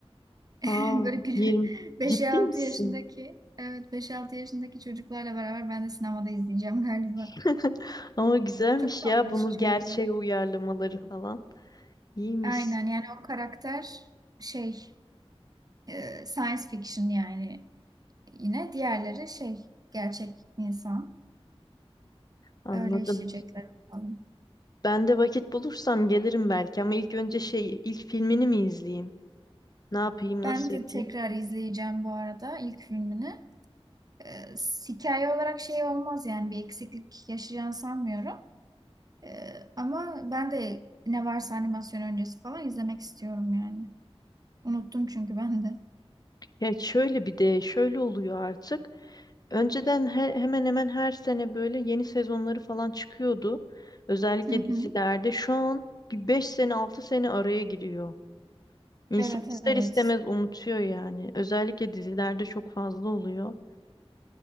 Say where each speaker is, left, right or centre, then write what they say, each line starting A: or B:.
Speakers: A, on the right; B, on the left.
A: <laughs>
B: Aa
A: Böyle gü-
B: 20
A: 5
B: Ciddi
A: altı
B: misin?
A: yaşındaki evet beş altı yaşındaki çocuklarla beraber ben de sinemada izleyeceğim galiba.
B: <laughs> Ama güzelmiş
A: Çok tatlı
B: ya bunu
A: iş çünkü.
B: gerçeğe uyarlamaları falan. İyiymiş.
A: Aynen yani o karakter şey e, science fiction yani yine diğerleri şey gerçek insan.
B: Anladım.
A: Öyle işleyecekler bakalım.
B: Ben de vakit bulursam gelirim belki ama ilk önce şey ilk filmini mi izleyeyim? Ne yapayım, nasıl
A: Ben de
B: yapayım?
A: tekrar izleyeceğim bu arada ilk filmini. E, hikaye olarak şey olmaz yani bir eksiklik yaşayacağını sanmıyorum. E, ama ben de ne varsa animasyon öncesi falan izlemek istiyorum yani. Unuttum çünkü ben de.
B: Ya şöyle bir de şöyle oluyor artık. Önceden he- hemen hemen her sene böyle yeni sezonları falan çıkıyordu. Özellikle
A: Hı hı.
B: dizilerde. Şu an bir beş sene 6 sene araya giriyor. İnsan
A: Evet
B: ister
A: evet.
B: istemez unutuyor yani. Özellikle dizilerde çok fazla oluyor.